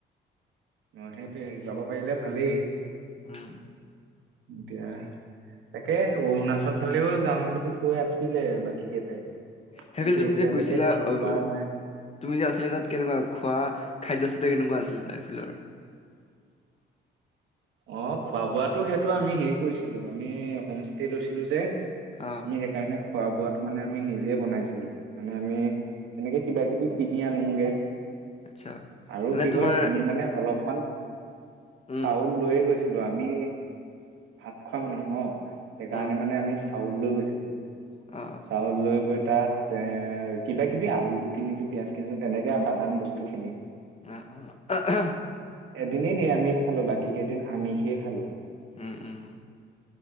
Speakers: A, on the right; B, on the left.
A: অ' সেইটোৱে যাব পাৰিলে ভালেই।
B: উম।
A: এতিয়া, তাকেই অৰুণাচল ফালেও যাম বুলি কৈ আছিলে বাকী কেইটাই।
B: <unintelligible>
A: কিন্তু
B: তুমি
A: এতিয়ালৈকে
B: যে গৈছিলা,
A: ঠিক
B: <unintelligible>
A: কৰা নাই
B: তুমি যে আছিলা তাত কেনেকুৱা খোৱা খাদ্য <unintelligible> কেনেকুৱা আছিল, তাইফিলৰ?
A: অ', খোৱা-বোৱাতটো সেইটো আমি হেৰি কৰিছিলো আমি হোমষ্টে লৈছিলো যে।
B: অ
A: <unintelligible> কাৰণে খোৱা বোৱাটো মানে আমি নিজে বনাইছিলো, মানে আমি এনেকে কিবা-কিবি কিনি আনোগে।
B: আচ্ছা
A: আৰু
B: মানে
A: কি
B: তোমাৰ
A: হ'ল আমি মানে অলপ <inaudible>
B: উম
A: চাউল লৈয়ে গৈছ <unintelligible> আমি ভাত খোৱা মানুহ ন'। সেইকাৰণে
B: অ
A: মানে আমি চাউল লৈ গৈছিলো।
B: অ
A: চাউল লৈ গৈ তাত এ কিবা কিবি আলু কিনিলো, পিয়াজ কিনিলো, তেনেকে সাধাৰণ বস্তুখিনি
B: আহ্ আহ্।
A: এদিনে নিৰামিষ খালো বাকী কেইদিন আমিষেই খালো।
B: উম, উম।